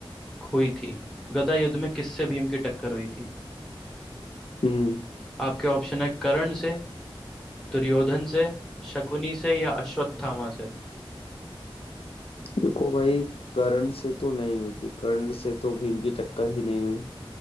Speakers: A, in the centre; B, on the left.
A: हुई थी गदा युद्ध में किससे भीम की टक्कर हुई थी
B: हम्म
A: आपके ऑप्शन है कर्ण से दुर्योधन से शकुनी से या अश्वत्थामा से
B: देखो भाई कर्ण से तो नहीं हुई थी कर्ण से तो भीम की टक्कर ही नहीं हुई